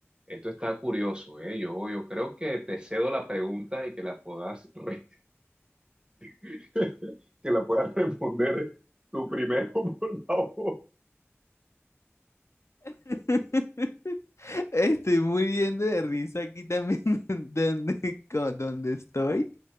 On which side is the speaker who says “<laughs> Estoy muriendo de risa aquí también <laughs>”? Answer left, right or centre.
Left